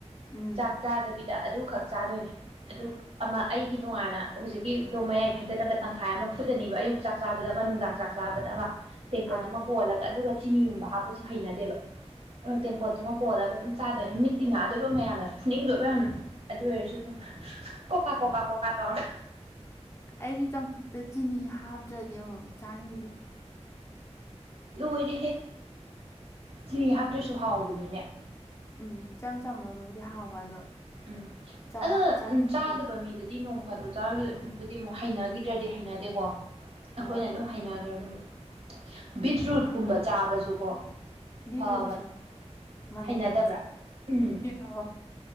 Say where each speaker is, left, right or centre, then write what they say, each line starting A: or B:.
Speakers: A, on the left; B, on the right.
A: ꯎꯝ
B: ꯆꯥꯛ ꯆꯥꯗꯕꯤ ꯗ ꯑꯗꯨꯈꯛ ꯆꯥꯗꯣꯏꯅꯦ ꯑꯗꯨ ꯑꯃ ꯑꯩꯒꯤ ꯇꯣꯉꯥꯟꯅ ꯍꯧꯖꯤꯛꯀꯤ ꯗꯣ ꯃꯌꯥꯏ ꯈꯥꯏꯗꯠꯂꯒ ꯇꯪꯈꯥꯏ ꯑꯃ ꯐꯨꯠꯂꯅꯤꯕ ꯑꯌꯨꯛ ꯆꯥꯛ ꯆꯥꯕꯗ ꯑꯃ ꯅꯨꯡꯗꯥꯡ ꯆꯥꯛ ꯆꯥꯕꯗ ꯑꯃ ꯇꯦꯡꯀꯣꯠꯇꯨꯃ
A: ꯑꯥ
B: ꯀꯣꯜꯂꯒ ꯑꯗꯨꯒ ꯆꯤꯅꯤꯒꯨꯝꯕ ꯍꯥꯞꯄꯁꯨ ꯍꯩꯅꯗꯦꯕ ꯑꯗꯨ ꯇꯦꯡꯀꯣꯠꯇꯨꯃ ꯀꯣꯜꯂꯒ ꯑꯗꯨꯝ ꯆꯥꯗꯣꯏꯅꯤ ꯃꯤꯠꯇꯤ ꯅꯥꯗꯣꯏꯕ ꯃꯌꯥꯝꯅ ꯅꯤꯡꯗꯣꯏꯕ ꯌꯥꯝꯅ ꯑꯗꯨ ꯑꯣꯏꯔꯁꯨ ꯑꯗꯨꯝ ꯀꯣꯀꯥ ꯀꯣꯀꯥ ꯀꯣꯀꯥ ꯇꯧꯔꯒ
A: ꯑꯩꯗꯤ ꯆꯝꯐꯨꯠꯇ ꯆꯤꯅꯤ ꯍꯥꯞꯇ꯭ꯔꯗꯤ ꯑꯃꯨꯛ ꯆꯥꯅꯤꯡꯗꯦ
B: ꯂꯣꯏꯔꯦꯍꯦ ꯆꯤꯅꯤ ꯍꯥꯞꯇ꯭ꯔꯁꯨ ꯍꯥꯎꯕꯅꯤꯅꯦ
A: ꯎꯝ ꯏꯆꯝ ꯆꯝꯃꯒꯕꯨꯗꯤ ꯍꯥꯎꯕ ꯑꯗꯣ
B: ꯎꯝ
A: ꯆꯥꯕ
B: ꯑꯗꯣ
A: ꯆꯥꯅꯤꯡꯕ
B: ꯎꯝ ꯆꯥꯗꯕ ꯃꯤ ꯗꯗꯤ ꯅꯣꯡ ꯐꯥꯗꯣꯛ ꯆꯥ ꯑꯗꯨꯗꯤ ꯑꯃꯨꯛ ꯍꯩꯅꯈꯤꯗ꯭ꯔꯗꯤ ꯍꯩꯅꯗꯦꯀꯣ ꯑꯩꯈꯣꯏꯅ
A: ꯍꯣꯏ
B: ꯑꯗꯨꯝ ꯍꯩꯅꯈ꯭ꯔꯕꯒꯤ ꯕꯤꯠꯔꯨꯠ
A: ꯃꯥ
B: ꯀꯨꯝꯕ ꯆꯥꯕꯁꯨꯀꯣ
A: ꯕꯤꯠꯔꯨꯠꯁꯨ
B: ꯐꯕꯅꯤ
A: ꯃꯅꯝ
B: ꯍꯩꯅꯗꯕ꯭ꯔꯥ
A: ꯅꯝꯊꯤ
B: ꯎꯝ
A: ꯑꯧ